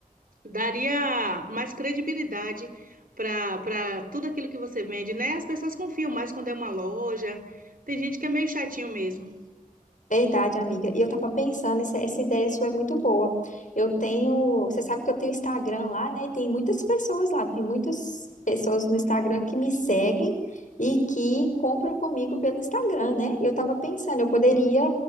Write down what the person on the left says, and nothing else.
Verdade, amiga. E eu tava pensando, essa, essa ideia sua é muito boa. Eu tenho, você sabe que eu tenho Instagram lá, né? E tem muitas pessoas lá, tem muitas pessoas no Instagram que me seguem e que compram comigo pelo Instagram, né? E eu tava pensando, eu poderia,